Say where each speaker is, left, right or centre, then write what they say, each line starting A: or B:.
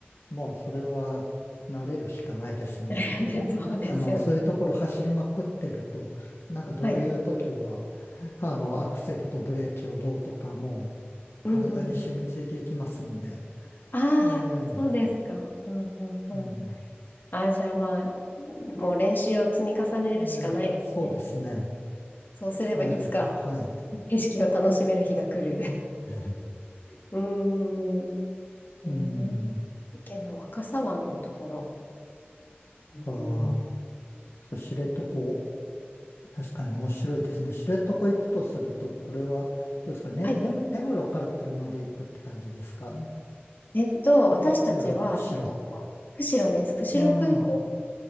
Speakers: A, on the left; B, on the left.
A: もうそれは慣れるしかないですね。
B: <laughs> そうですよね。
A: あの、そういうところ走りまくってると、なんかどういう時は、
B: はい。
A: あの、アクセルとブレーキをどうとかもう体に染みついていきますんで、
B: うんうんうん。ああ、
A: え
B: そうですか。
A: え
B: うんうんうん。
A: うん、
B: ああ、じゃあまあ、もう練習を積み重ねるしかないですね。
A: ええしかもそうですね、
B: そうすればいつか
A: 慣れる。はい。
B: 景色を楽しめる日が来る。
A: ええ
B: <laughs> うーん。えー、
A: うん、
B: 意見の若狭湾のところ。うん
A: か、知床、確かに面白いですね。知床行くとすると、これは、どうですかね、
B: はい。
A: ね、根室から車で行くって感じですか
B: えっと、私たちは、
A: 根室、釧路。
B: 釧路です。釧路空港
A: うん。